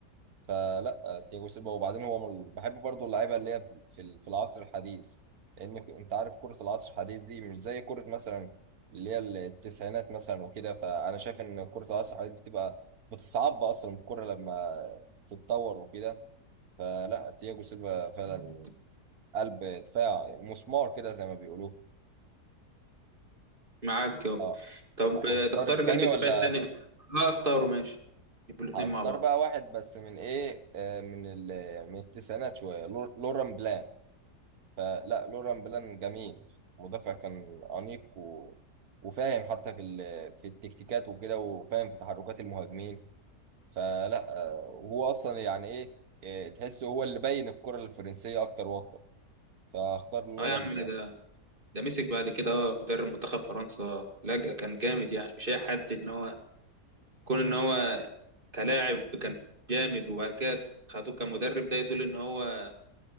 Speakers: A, on the right; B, on the right.
A: فلا آه، تياجو سيلفا وبعدين هو من بحب برضه اللعيبه اللي هي في ال- في العصر الحديث لان ك- انت عارف كره العصر الحديث دي مش زي كره مثلا اللي هي التسعينات مثلا وكده فانا شايف ان كره العصر الحديث بتبقى بتصعب اصلا الكره لما تتطور وكده فلا تياجو سيلفا فعلا
B: مم.
A: قلب دفاع مسمار كده زي ما بيقولوا
B: معاك جو
A: اه
B: طب
A: أه،
B: آه،
A: هختار
B: تختار
A: التاني
B: قلب الدفاع
A: ولا
B: الثاني اه اختاره ماشي يبقوا الاثنين
A: هختار
B: مع بعض
A: بقى واحد بس من ايه آه، من ال... من التسعينات شوية لور- لوران بلان فلا لوران بلان جميل مدافع كان أنيق و... وفاهم حتى في ال... في التكتيكات وكده وفاهم في تحركات المهاجمين فلا آه، وهو أصلا يعني ايه آه، تحسه هو اللي بين الكرة الفرنسية أكتر وأكتر فاختار لوران
B: اه يا عم
A: بلان
B: ده ده مسك بعد كده اه مدرب منتخب فرنسا لجأ كان جامد يعني مش اي حد ان هو كون ان هو كلاعب كان جامد وبعد كده خدوه كمدرب ده يدل ان هو